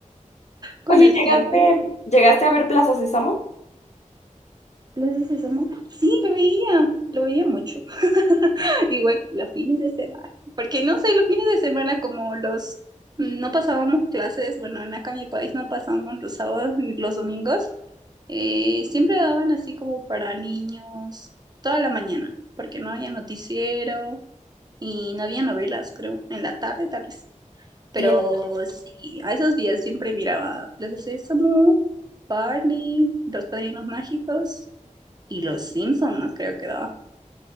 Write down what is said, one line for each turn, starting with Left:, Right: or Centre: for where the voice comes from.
Right: con
Left: Oye,
Right: el
Left: ¿llegaste,
Right: tiempo.
Left: llegaste a ver Plaza Sésamo?
Right: ¿Las Plaza Sésamo, sí, lo veía, lo veía mucho. <laughs> Igual los fines de semana, porque no sé, los fines de semana como los no pasábamos clases, bueno, en acá en mi país no pasábamos los sábados ni los domingos, eh, siempre daban así como para niños toda la mañana, porque no había noticiero y no había novelas, creo, en la tarde tal vez. Pero
Left: Sí. era-
Right: sí, a esos días siempre miraba Plaza Sésamo, Barney, Los Padrinos Mágicos y Los Simpson más creo que daba.